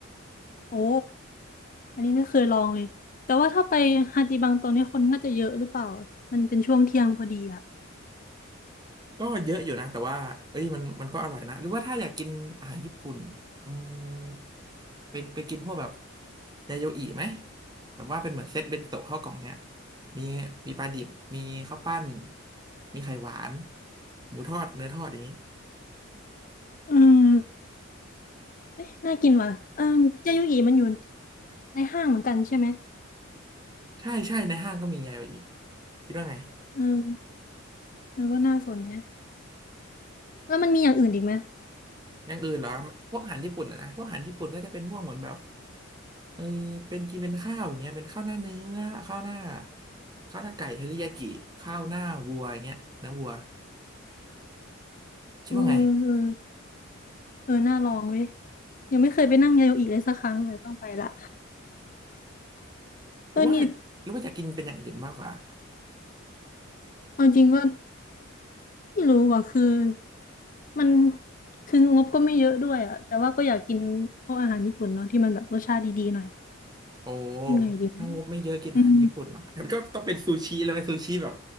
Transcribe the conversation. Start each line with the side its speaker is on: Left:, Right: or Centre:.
Left: โอ้อันนี้ไม่เคยลองเลยแต่ว่าถ้าไปฮาจิบังตอนนี้คนน่าจะเยอะหรือเปล่าอะมันเป็นช่วงเที่ยงพอดีอ่ะ
Right: ก็เยอะอยู่นะ แต่ว่าเอ้ยมันมันก็อร่อยนะ หรือว่าถ้าอยากกินอาหารญี่ปุ่นอืมเป็นไปกินพวกแบบ ยาโยอิไหมแบบว่าเป็นเหมือนเซตเบนโตะข้าวกล่องเนี่ย มี มีปลาดิบ มีข้าวปั้นมีไข่หวาน หมูทอดเนื้อทอดอย่างนี้
Left: อืม เอะน่ากินว่ะเออเจยุหยีมันอยู่ในห้างเหมือนกันใช่ไหม
Right: ใช่ใช่ในห้างก็มียาโยอิคิดว่าไง
Left: เออเออก็น่าสนแฮะแล้วมันมีอย่างอื่นอีกไหม
Right: อย่างอื่นเหรอพวกอาหารญี่ปุ่นอะนะพวกอาหารญี่ปุ่นก็จะเป็นพวกเหมือนแบบเออเป็นกินเป็นข้าวอย่างเงี้ยเป็นข้าวหน้าเนื้อข้าวหน้าข้าวหน้าไก่เทริยากิข้าวหน้าวัวอย่างเงี้ยเนื้อวัวคิดว่าไง
Left: เออเออเออน่าลองเว้ยยังไม่เคยไปนั่งยาโยอิเลยสักครั้งเลยต้องไปละ
Right: หรือว่าหรือว่าจะกินเป็นอย่างอื่นมากกว่า
Left: เออนี่เอาจริงก็ไม่รู้ว่ะคือ มันคืองบก็ไม่เยอะด้วยอะแต่ว่าก็อยากกินพวกอาหารญี่ปุ่นเนาะที่มันแบบรสชาติดีๆหน่อย
Right: โอ้
Left: ยังไงดีวะ
Right: ถ้างบไม่เยอะกินอาหารญี่ปุ่นเหรองั้นก็ต้องเป็นซูชิเลยซูชิแบบ
Left: อืม